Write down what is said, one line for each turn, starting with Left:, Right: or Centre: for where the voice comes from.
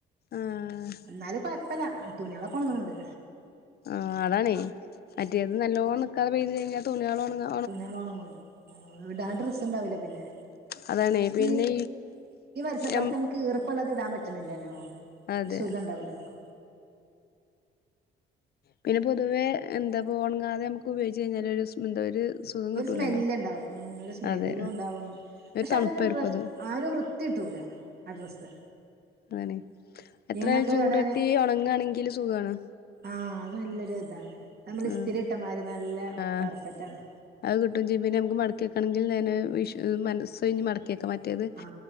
Left: ആഹ്
Right: എന്നാലും കൊഴ പ്പല്ല തുണികളൊക്കെ ഒണങ്ങണുണ്ട്.
Left: ആഹ് അതാണേ മറ്റേത് നല്ലോണം നിക്കാതെ പെയ്ത് കഴിഞ്ഞാൽ തുണികളൊണങ്ങ
Right: തുണികള് ഒണങ്ങുല ഇടാൻ ഡ്രസ് ഇണ്ടാവൂല്ലേ പിന്നെ.
Left: അതാണേ പിന്നെ
Right: ഈ ഈ വെര്സ
Left: ഞം
Right: കാലത്ത് നമുക്ക് ഈർ പ്പെള്ളത് ഇടാൻ പറ്റ്ണില്ലല്ലോ.?
Left: അതെ
Right: ഒരു സുഖംണ്ടാവൂല്ലല്ലോ.
Left: പിന്നെ പൊതുവേ എന്താ ഒണങ്ങാതെ നമുക്ക് ഉപയോഗിച്ച് കഴിഞ്ഞാൽ ഒരു എന്താ ഒരു സുഖം കിട്ടൂലല്ലോ
Right: സ്മെല്ല്ണ്ടാവും ഉം. ഒരു സ്മെല്ലും
Left: അതെ
Right: ഉണ്ടാവും
Left: ഒരു
Right: പക്ഷെ
Left: തണുപ്പായിരിക്കും
Right: അതൊരു ഡ്രസ്സ്
Left: അത്
Right: ആ ഒരു വൃത്തി കിട്ടൂല ആ ഡ്രസ്സ്.
Left: അതാണ്. എത്രയാലും
Right: ഇങ്ങൾക്ക്
Left: ചൂട്
Right: ഇടാന്
Left: തട്ടി ഒണങ്ങണെങ്കി സുഖാണ്.
Right: ആ അത് നല്ലൊരു ഇതാണ്. നമ്മള് ഇസ്തിരി
Left: ആഹ്
Right: ഇട്ടമാരി നല്ല
Left: ആഹ്
Right: പെർഫെക്റ്റ് ആണ്.
Left: അത് കിട്ടും ചെയ്യും. പിന്നെ നമുക്ക് മടക്കി വെക്കണമെങ്കിലും തന്നെ വിഷ മനസ് ഒഴിഞ് മടക്കി വെക്കാം. മറ്റേത്
Right: ആ